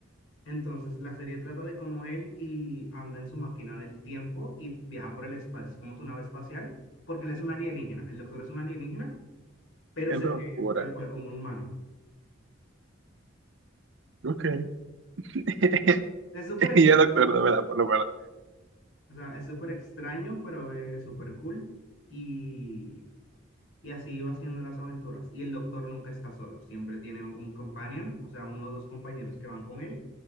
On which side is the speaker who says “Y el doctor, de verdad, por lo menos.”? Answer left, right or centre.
Right